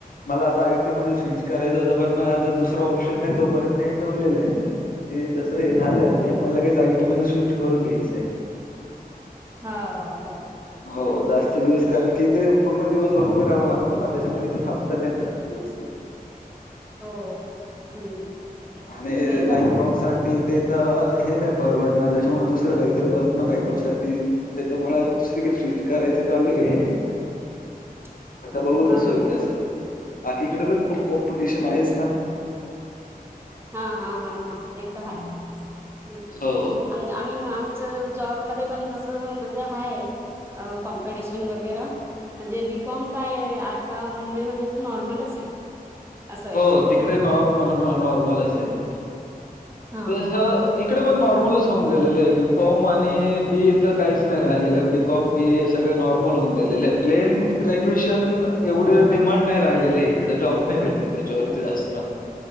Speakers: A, on the left; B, on the right.
A: मला आता आयटी मध्ये स्विच करायचं होत पण मग आता दुसरा ऑप्शन नाही तोपर्यंत हे ठेवलेल आहे. कि जस हे झालं
B: हो हो
A: की
B: हो
A: मग लगेच आयटी मध्ये स्विच करून घ्यायचंय.
B: हा हहो.
A: हो जास्त दिवस कारण की इथे पूर्ण दिवसभर उभं राहावं लागतं ना त्याच्यामुळे इथे थांबत नाहीत जास्त दिवस.
B: <inaudible> हो हम्म
A: आणि
B: ते तर
A: लाईफ
B: हाय
A: लॉंग साठी ते तर हे नाही परवडणार, त्याच्यामुळे दुसरं काहीतरी बघना बॅकअप साठी. त्याच्या मुळे दुसरीकडे स्विच करायचं चालू आहे.
B: <unintelligible>
A: आता बघूच
B: हा
A: जस
B: हा
A: होईल तसं, बाकीकडे पण खूप कॉम्पिटिशन आहेच ना.
B: हा हा हा हा ते तर हाय
A: हो
B: आम्ही <unintelligible> च जॉब मध्ये पण तस म्हणजे हाय कॉम्पिटिशन वगैरा म्हणजे बीकॉम काय आता मुंबईमध्ये तर नॉर्मलच आहे असं आहे
A: हो तिकडे नॉर् नॉर्मलच आहे <unintelligible>
B: हा
A: ते ह एक इकडे पण नॉर्मलच होऊन गेलेलं आहे बीकॉम आणि बीए तर काहीच नाही राहिलेलं बी बीकॉम बीए सगळे नॉर्मल होऊन गेलेले आहे प्लेन ग्रॅज्युएशन एवढे डिमांड नाही राहिलेले. तिकडे जॉब नाही भेटते, त्याच्यावरती जास्त.